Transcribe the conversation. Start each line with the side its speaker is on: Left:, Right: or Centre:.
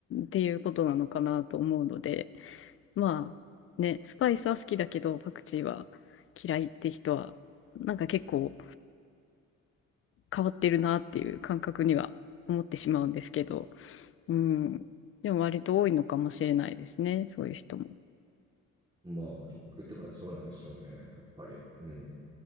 Left: ていうことなのかなと思うので、まあね、スパイスは好きだけど、パクチーは嫌いって人は、なんか結構変わってるなっていう感覚には思ってしまうんですけど、うん。でも割と多いのかもしれないですね、そういう人も。
Right: まあ、結局ってことはそうなんでしょうね。やっぱり。うん。